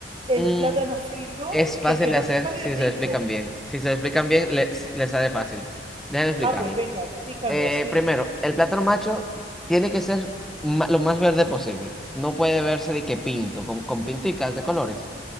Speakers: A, on the right (about 35°); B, in the centre.
A: el
B: Mm,
A: plátano frito,
B: Es fácil
A: que, que
B: de
A: no
B: hacer
A: me sale
B: si
A: rico.
B: se lo explican bien. Si se lo explican bien, les, les sale fácil. Déjenme explicarle.
A: Ah, pues venga, explícame,
B: Eh,
A: sí.
B: primero, el plátano macho tiene que ser ma- lo más verde posible. No puede verse de que pinto, con, con pinticas de colores.